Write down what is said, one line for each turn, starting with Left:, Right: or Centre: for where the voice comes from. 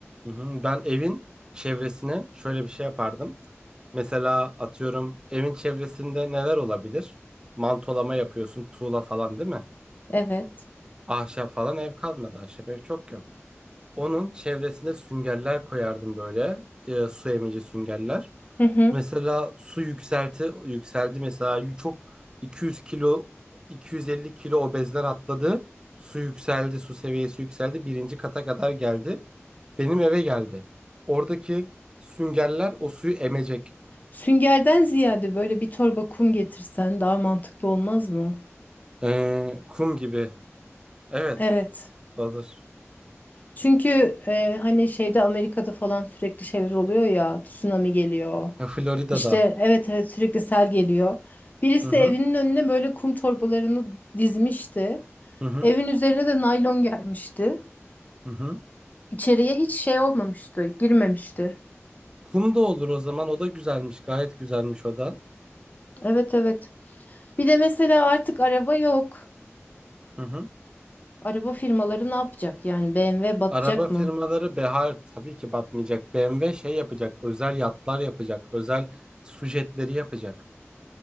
Right: Hı hı. Ben evin çevresine şöyle bir şey yapardım. Mesela atıyorum evin çevresinde neler olabilir? Mantolama yapıyorsun, tuğla falan değil mi?
Left: Evet.
Right: Ahşap falan ev kalmadı. Ahşap ev çok yok. Onun çevresine süngerler koyardım böyle. e, su emici süngerler.
Left: Hı hı.
Right: Mesela su yükselti yükseldi mesela yu- çok 200 kilo 250 kilo obezler atladı. Su yükseldi, su seviyesi yükseldi. Birinci kata kadar geldi. Benim eve geldi. Oradaki süngerler o suyu emecek.
Left: Süngerden ziyade böyle bir torba kum getirsen daha mantıklı olmaz mı?
Right: Ee, kum gibi. Evet,
Left: Evet.
Right: hazır.
Left: Çünkü e, hani şeyde Amerika'da falan sürekli şeyler oluyor ya, tsunami geliyor.
Right: E, Florida'da.
Left: İşte evet evet sürekli sel geliyor. Birisi
Right: Hı hı.
Left: evinin önüne böyle kum torbalarını dizmişti.
Right: Hı hı.
Left: Evin üzerine de naylon gelmişti.
Right: Hı hı.
Left: İçeriye hiç şey olmamıştı, girmemişti.
Right: Kum da olur o zaman. O da güzelmiş. Gayet güzelmiş o da.
Left: Evet evet. Bir de mesela artık araba yok.
Right: Hı hı.
Left: Araba firmaları ne yapacak? Yani BMW batacak
Right: Araba firmaları
Left: mı?
Right: Behar tabii ki batmayacak. BMW şey yapacak. Özel yatlar yapacak. Özel su jetleri yapacak.